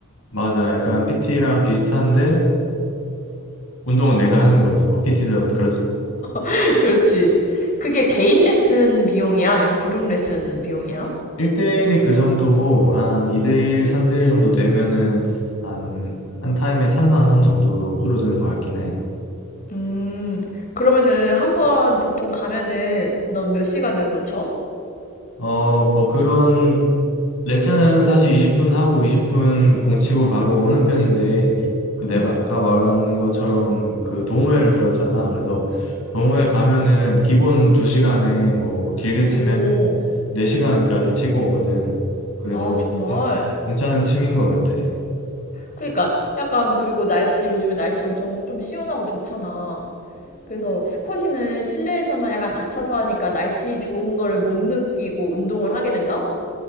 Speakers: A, on the left; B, on the left.
A: 맞아. 약간 PT랑 비슷한데 운동은 내가 하는 거지. 뭐 PT도 그렇지.
B: <laughs> 그렇지. 그게 개인 레슨 비용이야? 아니면 그룹 레슨 비용이야?
A: 1대1이 그 정도고 한 2대1, 3대1 정도 되면은 한, 한 타임에 3만 원 정도로 줄어드는 것 같긴 해.
B: 음, 그러면은 한번 보통 가면은 넌 몇 시간 정도 쳐?
A: 어, 뭐 그런 레슨은 사실 20분 하고 20분 공치고 바로 오는 편인데 그 내가
B: 응.
A: 아까 말한 것처럼 그 동호회를 들었잖아. 그래서 동호회 가면은 기본 2시간에 뭐 길게 치면
B: 오,
A: 4시간까지 치고 오거든. 그래서
B: 아, 정말.
A: 괜- 괜찮은 취미인 것 같아.
B: 그러니까 약간 그리고 날씨 요즘에 날씨 엄청 좀 시원하고 좋잖아. 그래서 스쿼시는 실내에서만 약간 갇혀서 하니까 날씨 좋은 거를 못 느끼고 운동을 하게 된다?